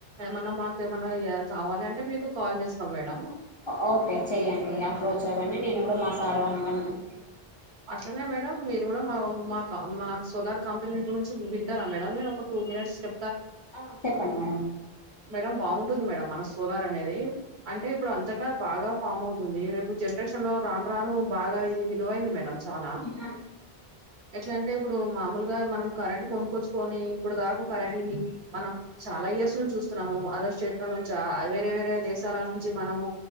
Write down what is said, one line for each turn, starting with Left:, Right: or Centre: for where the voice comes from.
Right: ఏమైనా మాకు ఏమన్నా కావాలి అంటే మీకు కాల్ చేస్త చేసాం మేడం
Left: ఓకే చెయ్యడి అప్రోచ్ అవ్వండి నేను కూడా మా సార్ వాలని కనుకొని
Right: అ అంటనే మేడం మీరు కూడా మా మా మా సోలార్ కంపెనీ గురించి వింటారా మేడం నేను ఒక టూ మినిట్స్ చె
Left: ఆ చెప్పండి మ
Right: మేడం బాగుంటుంది మేడం మన సోలార్ అనేది అంటే ఇప్పుడు అంతటా బాగా ఫామ్ అవుతుంది రేపు జ జరేషన్ లో రాను రాను బాగా విలువైంది మేడం చాలా
Left: ఇ
Right: ఎట్లా అంటే ఇప్పుడు మామూలుగా మనం కరెంట్ కొనుక్కొచ్చుకొని ఇప్పుడు దాకా కరణీని మనం చాలా ఇయర్స్ ను చూస్తున్నాము అదర్ స్టేట్ల చాల వేరే వేరే దేశాల నుంచి మనము